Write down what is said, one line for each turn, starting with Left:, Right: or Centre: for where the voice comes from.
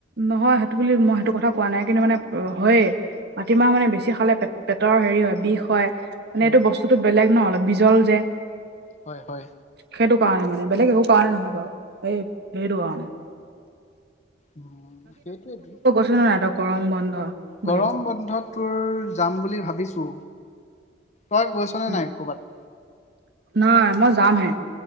Right: নহয় সেইটো বুলি মই সেইটো কথা কোৱা নাই কিন্তু মানে হয়েই। মাটিমাহ মানে বেছি খালে পেটৰ হেৰি হয়, বিষ হয় মানে
Left: উম
Right: এইটো বস্তুতটো বেলেগ ন অলপ, বিজল যে?
Left: হয়, হয়।
Right: সেইটো কাৰণে মানে বেলেগ একো কাৰণে নহয় বাৰু, এই সেইটো কাৰণে।
Left: উম সেইটোৱে টো।
Right: জানিছ নাই তই গৰম বন্ধ। বুলি
Left: গৰম বন্ধত টোৰ যাম বুলি ভাবিছোঁ। তই গৈছনে
Right: উম,
Left: নাই কৰ'বাত,
Right: নহয় মই যামহে